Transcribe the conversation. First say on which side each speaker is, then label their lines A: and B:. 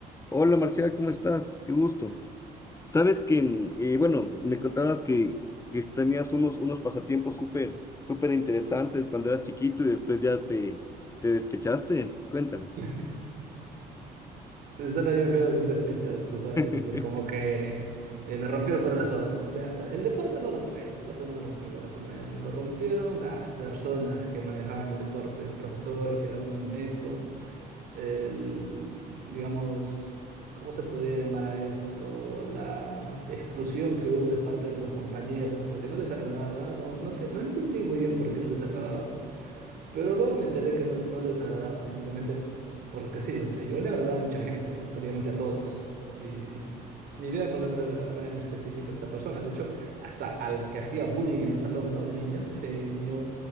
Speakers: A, on the left (about 20°); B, on the right (about 60°).
A: Hola Marcial, ¿cómo estás? Qué gusto. Sabes que, mm, eh, bueno, me contabas que, que tenías unos, unos pasatiempos súper, súper interesantes cuando eras chiquito y después ya te, te despechaste. Cuéntame.
B: <laughs> Suena bien feo decir despechaste, ¿sabes?
A: <laughs>
B: Es como que eh, me rompió el corazón. O sea, el deporte no lo fue, el deporte no me rompió el corazón, me, me lo rompieron las personas que manejaban el deporte, el profesor que era un inepto, el, digamos, ¿cómo se podría llamar a esto? La exclusión que hubo de parte de los compañeros porque no les agradaba, no, no, te- no entendí muy bien por qué no les agradaba pero luego me enteré que no, no les agradaba, simplemente porque sí, o sea, yo le agradaba a mucha gente, prácticamente a todos. Y ni idea por qué no le agradaba en específico a esta persona. De hecho, hasta al que hacía bullying en el salón, ¿no? De niños, ese niño